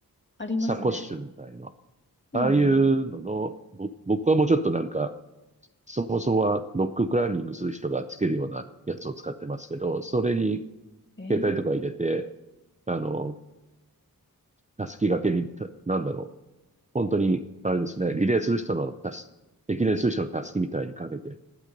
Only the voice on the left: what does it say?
ありますね。
うんうん。
ええ